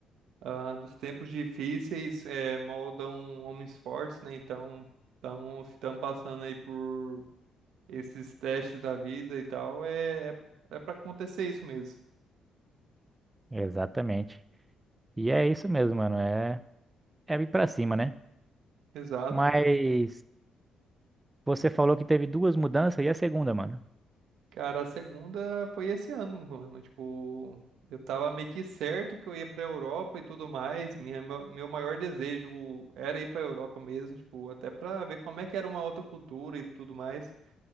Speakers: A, on the right (about 80°); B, on the right (about 20°).
A: ah, dos tempos difíceis eh, moldam homens fortes, né? Então, estamos passando aí por esses testes da vida e tal. É, é, é para acontecer isso mesmo.
B: exatamente. E é isso mesmo, mano. É, é ir pra cima, né?
A: Exato.
B: Mas você falou que teve duas mudanças e a segunda, mano.
A: Cara, a segunda foi esse ano, mano. Tipo, eu tava meio que certo que eu ia pra Europa e tudo mais. Minha, meu meu maior desejo era ir pra Europa mesmo, tipo, até pra ver como é que era uma outra cultura e tudo mais.